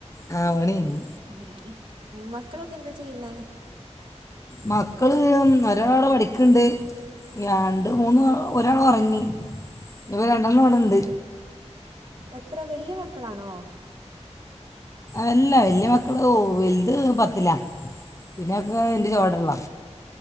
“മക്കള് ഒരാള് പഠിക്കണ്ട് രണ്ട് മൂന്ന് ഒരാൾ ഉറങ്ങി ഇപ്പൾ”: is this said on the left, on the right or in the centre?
Left